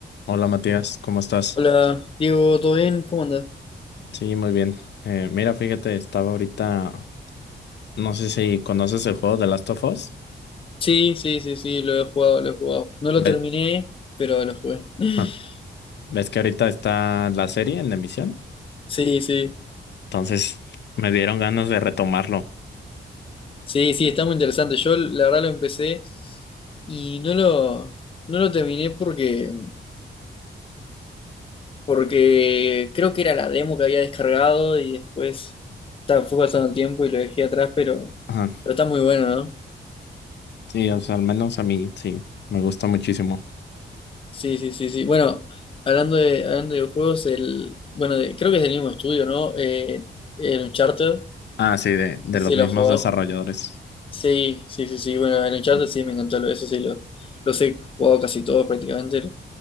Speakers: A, on the left; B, on the left.
A: Hola Matías, ¿cómo estás?
B: Hola, Diego, ¿todo bien? ¿Cómo andas?
A: Sí, muy bien. Eh, mira, fíjate, estaba ahorita, no sé si conoces el juego de Last of Us.
B: Sí, sí, sí, sí, lo he jugado, lo he jugado. No lo
A: Ve-
B: terminé, pero lo jugué. <laughs>
A: ah, ¿Ves que ahorita está la serie en emisión?
B: Sí, sí,
A: Entonces me dieron ganas de retomarlo.
B: sí, sí, está muy interesante. Yo la verdad lo empecé y no lo, no lo terminé porque, porque creo que era la demo que había descargado y después ta, fue pasando el tiempo y lo dejé atrás, pero,
A: Ajá.
B: pero está muy bueno, ¿no?
A: Sí, o sea, al menos a mí sí, me gusta muchísimo.
B: Sí, sí, sí, sí. Bueno, hablando de, hablando de videojuegos, el, bueno, de- creo que es del mismo estudio, ¿no? Eh, el Uncharted,
A: Ah, sí, de, de
B: no sé
A: los
B: si
A: mismos
B: lo has jugado.
A: desarrolladores.
B: Sí, sí, sí, sí. Bueno, en el chat
A: Sí,
B: sí me encantó lo- eso, sí, lo, los he jugado casi todos prácticamente.